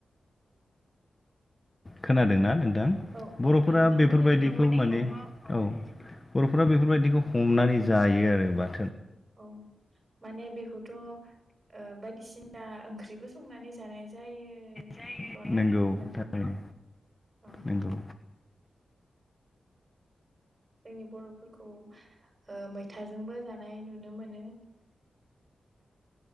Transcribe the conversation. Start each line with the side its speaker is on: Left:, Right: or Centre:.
Left: खोनादोंना नोंथां
Right: औ
Left: बर'फोरा
Right: औ नोंथांमोननिथिंथ'
Left: बेफोरबायदिखौ
Right: औ
Left: माने औ बर'फोरा बेफोरबायदिखौ हमनानै जायो आरो बा
Right: औ माने बेखौथ' ओ बायदिसिना ओंख्रिबो संनानै ज जानाय जायोथ'
Left: जायो।
Right: न'
Left: नंगौ
Right: नोंथां
Left: थारैनो
Right: औ
Left: नंगौ
Right: जोंनि बर'फोरखौ ओ मैथाजोंबो जानाय नुनो मोनो। <inaudible>